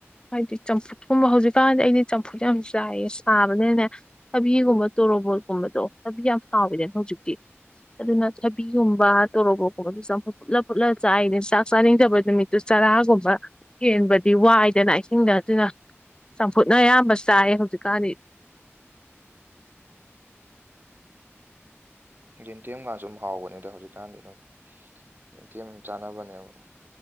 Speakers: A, on the left (about 20°); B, on the right (about 45°).
A: ꯍꯥꯏꯗꯤ ꯆꯝꯐꯨꯠꯀꯨꯝꯕ ꯍꯧꯖꯤꯛꯀꯥꯟꯗꯤ ꯑꯩꯅ ꯆꯝꯐꯨꯠ ꯌꯥꯝ ꯆꯥꯏꯌꯦ ꯆ ꯁꯥꯕꯅꯤꯅꯦ ꯀꯕꯤꯒꯨꯝꯕ ꯇꯨꯔ ꯄ꯭ꯔꯣꯕꯣꯜꯒꯨꯝꯕꯗꯣ ꯂꯝꯕꯤ ꯌꯥꯝ ꯍꯥꯎꯋꯤꯗꯅ ꯍꯧꯖꯤꯛꯇꯤ ꯑꯗꯨꯅ ꯆꯕꯤꯒꯨꯝꯕ ꯇꯣꯔꯛꯄ ꯈꯣꯠꯄꯗꯨꯁꯨ ꯆꯠꯂ ꯄꯨꯠꯂ ꯆꯥꯏꯅꯦ ꯆꯥꯛ ꯆꯥꯅꯤꯡꯗꯕ ꯅꯨꯃꯤꯠꯇꯨ ꯆꯔꯥꯒꯨꯝꯕ ꯍꯦꯟꯕꯗꯤ ꯋꯥꯏꯗꯅ ꯏꯁꯤꯡꯗ ꯑꯗꯨꯅ ꯆꯝꯐꯨꯠꯅ ꯑꯌꯥꯝꯕ ꯆꯥꯏ ꯍꯧꯖꯤꯛꯀꯥꯟꯗꯤ
B: ꯌꯦꯟꯇꯦꯝ ꯀꯥꯟꯁꯨ ꯑꯗꯨꯝ ꯍꯥꯎꯕꯅꯤꯗ ꯍꯧꯖꯤꯛꯀꯥꯟꯗꯤ ꯑꯗꯨꯝ ꯌꯦꯟꯇꯦꯝ ꯑꯗꯨ ꯆꯥꯅꯕꯅꯦꯕ